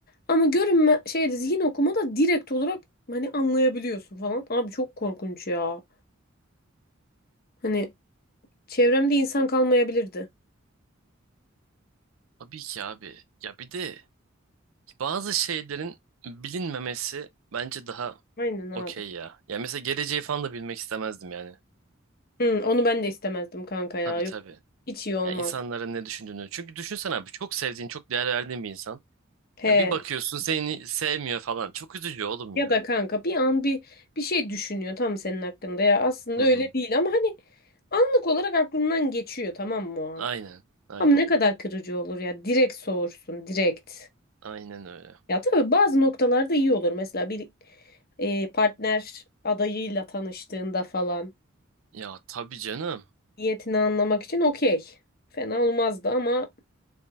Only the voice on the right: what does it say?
Tabii ki abi. Ya bir de bazı şeylerin bilinmemesi bence daha
okey ya. Ya mesela geleceği falan da bilmek istemezdim yani.
Tabii
tabii.
Yani insanların ne düşündüğünü. Çünkü düşünsene abi çok sevdiğin, çok değer verdiğin bir insan.
Yani bir bakıyorsun seni sevmiyor falan. Çok üzücü oğlum
ya.
Hı
hı.
Aynen, aynen.
Aynen öyle.
Ya tabii canım.